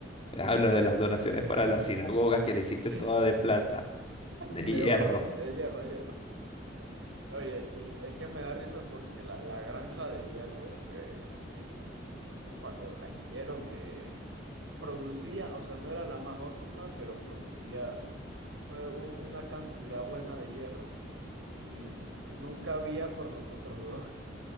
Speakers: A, on the left; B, on the right.
A: Hablo de las donaciones para la sinagoga que le hiciste
B: Sí,
A: toda de plata, de
B: de
A: hierro,
B: oro, de, de hierro, hierro. Oye, y es que me da risa porque la, la granja de hierro, eh, eh, eh, cuando la hicieron, eh, producía, o sea, no era la más óptima, pero producía eh, un- una cantidad buena de hierro y, y nunca había por nosotros dos.